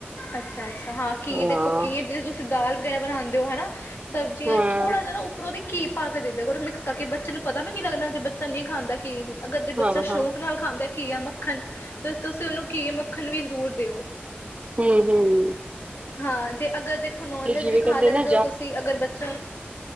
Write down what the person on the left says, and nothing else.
ਅੱਛਾ, ਅੱਛਾ ਹਾਂ ਘੀ
ਦੇਖੋ ਘੀ ਜੇ ਤੁਸੀਂ ਦਾਲ ਵਗੈਰਾ ਬਣਾਉਂਦੇ ਹੋ ਹਨਾ ਸਬਜ਼ੀਆਂ
ਥੋੜ੍ਹਾ ਜਿ ਪਰ ਉਹਦੇ ਘੀ ਪਾ ਕੇ ਦੇ ਦਿਆ ਕਰੋ ਮਿਕਸ ਕਰਕੇ ਬੱਚੇ ਨੂੰ ਪਤਾ ਵੀ ਨੀ ਲੱਗਣਾ ਜੇ ਬੱਚਾ ਨਹੀਂ ਖਾਂਦਾ ਘੀ ਅਗਰ ਜੇ
ਬੱਚਾ
ਸ਼ੌਕ ਨਾਲ ਖਾਂਦੇ ਘੀ ਯਾ ਮੱਖਣ, ਤਾਂ ਤੁਸੀਂ ਉਹਨੂੰ ਘੀ, ਮੱਖਣ ਵੀ ਜ਼ਰੂਰ ਦਿਓ।
ਹਾਂ, ਜੇ ਅਗਰ ਦੇਖੋ ਨੋਨ ਵੈਜ
ਵੀ
ਖਾ ਲੈਂਦੇ
ਹੋ ਤੁਸੀਂ, ਅਗਰ ਬੱਚਾ